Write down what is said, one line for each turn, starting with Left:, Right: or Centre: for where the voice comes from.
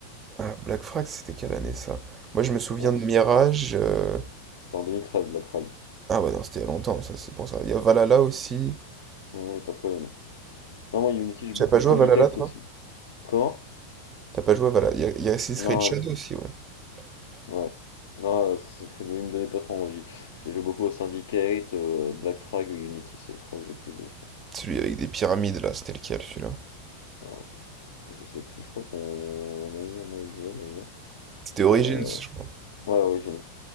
Right: Ah, Black Frax, c'était quelle année ça? Moi, je me souviens
Left: Bon,
Right: de Mirage. euh,
Left: c'était en 2013 Black Flag.
Right: Ah ouais, non, c'était il y a longtemps, ça, c'est pour ça. Il y a Valhalla aussi.
Left: Non, J'ai pas trop aimé. Non, moi Unity j'ai
Right: T'as
Left: beaucoup.
Right: pas
Left: Syndicate
Right: joué à Valhalla, toi?
Left: aussi. Comment?
Right: T'as pas joué à Valhalla. Il y a, il y a Assassin's Creed
Left: Non,
Right: Shadow aussi, ouais.
Left: euh, ouais. Non, euh, Assassin's Creed, oui, il me donnait pas trop envie. J'ai joué beaucoup au Syndicate, euh, Black Frag et Unity, c'est les trois que j'ai plus joué, je pense.
Right: Celui avec des pyramides, là, c'était lequel, celui-là?
Left: Euh, je sais plus, je crois que mon mon ami à moi il jouait d'ailleurs.
Right: C'était Origins,
Left: Euh,
Right: je crois.
Left: ouais, Origins.